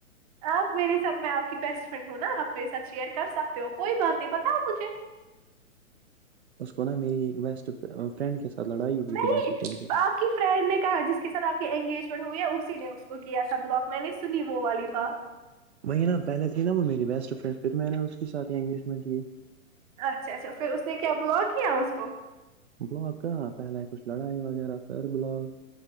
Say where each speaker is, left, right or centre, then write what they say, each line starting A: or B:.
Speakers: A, on the right; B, on the right.
A: آپ میرے ساتھ میں آپ کی بیسٹ فرینڈ ہوں نا آپ میرے ساتھ شیئر کر سکتے ہو کوئی بات نہیں بتاؤ مجھے
B: اس کو نا میری بیسٹ فرینڈ کے ساتھ لڑائی ہوئی
A: نہیں
B: تھی بیسٹ فرینڈ کے ساتھ
A: آپ کی فرینڈ نے کہا جس کے ساتھ آپ کی انگیجمنٹ ہوئی ہے اسی نے اس کو کیا تھا بلاک میں نے سنی وہ والی بات
B: وہی نا پہلے تھی نا وہ میری بیسٹ فرینڈ پھر میں نے اس کے ساتھ ہی انگیجمنٹ کی
A: اچھا اچھا پھر اس نے کیا بلاک کیا اس کو
B: بلاک کہاں پہلے کچھ لڑائی وغیرہ پھر بلاک